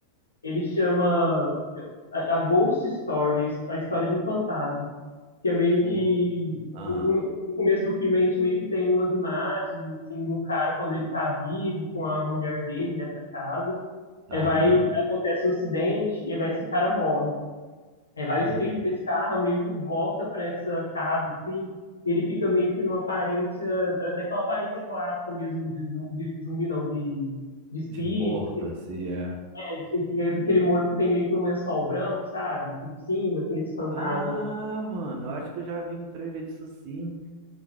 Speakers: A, on the left (about 75°); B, on the right (about 45°).
A: Ele chama a, a Ghost Story, a história de um fantasma. que é meio
B: Pô.
A: que
B: Ah,
A: o- o- no começo do filme a gente meio que tem umas imagens assim de um cara quando ele tá vivo com a mulher dele nessa casa.
B: aham.
A: Aí vai acontece um acidente e aí vai esse cara morre. Aí vai
B: Eita.
A: o espírito desse carro meio que volta para essa casa assim. Ele fica meio que numa aparência eh, daquela aparência clássica mesmo de, zu- de zumbi não de de espírito,
B: De morto,
A: que-
B: assim, é.
A: é, de- que- aquele morto que tem meio que um lençol branco, sabe? Por cima, tem esse fantasma
B: Ah, mano, eu acho que eu já vi um trailer disso sim.